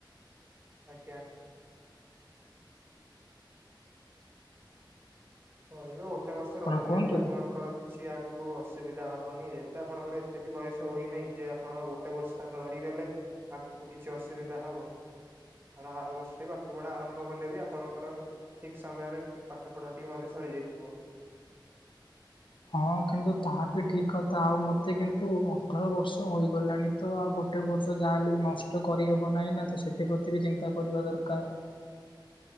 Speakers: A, on the right; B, on the left.
A: ଆଜ୍ଞା। ରହିବ ଗୋଟେ ବର୍ଷ
B: ଆପଣ
A: ରହିଲେ
B: କୁହନ୍ତୁ।
A: ବି ଆପଣଙ୍କର କିଛି ଆଗକୁ ଅସୁବିଧା ହବନି ଯେହେତୁ ଆପଣଙ୍କର ଏତେ ବି ବୟସ ହୋଇନାହିଁ ଯେ ଆପଣ ଗୋଟେ ବର୍ଷ ରହିଗଲେ ଆଗକୁ କିଛି ଅସୁବିଧା ହବ। ଆର ଆର ବର୍ଷଠୁ ବି ପାଠ ପଢା ଆରମ୍ଭ କଲେ ବି ଆପଣଙ୍କର ଠିକ୍ ସମୟରେ ଠିକ୍ ପାଠ ପଢା ଟିକେ ମଧ୍ୟ ସରି ଯାଇଥିବ।
B: ହଁ କିନ୍ତୁ ତାହା ବି ଠିକ କଥା ଆଉ ମତେ କିନ୍ତୁ ଅଠର ବର୍ଷ ହୋଗଲାଣିତ ଆଉ ଗୋ ଗୋଟେ ବର୍ଷ ଯାହା ହେଲେ ବି ନଷ୍ଟ କରିହବ ନାହିଁ ନା ତ ସେଥି ପ୍ରତି ବି ଚିନ୍ତା କରିବା ଦରକାର।